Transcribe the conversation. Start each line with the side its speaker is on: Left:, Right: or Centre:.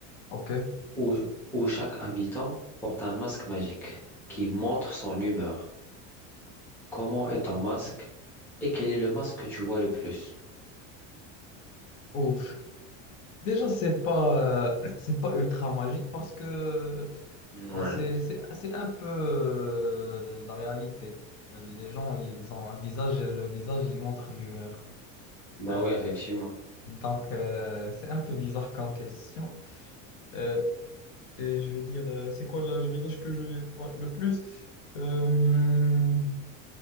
Left: Ok.
Centre: où, où chaque habitant porte un masque magique qui montre son humeur. Comment est ton masque et quel est le masque que tu vois le plus?
Left: Ouf. Déjà, c'est pas, euh, <clears throat> c'est pas ultra magique parce que
Centre: Ouais.
Left: C'est, c'est, c'est un peu euh, la réalité. Les gens, ils ont un visage et le visage, il montre l'humeur.
Centre: Bah
Left: Euh,
Centre: oui, effectivement.
Left: donc, euh, c'est un peu bizarre comme question. Euh, et je vais dire, euh, c'est quoi le, le visage que je vais voir le plus? Euh,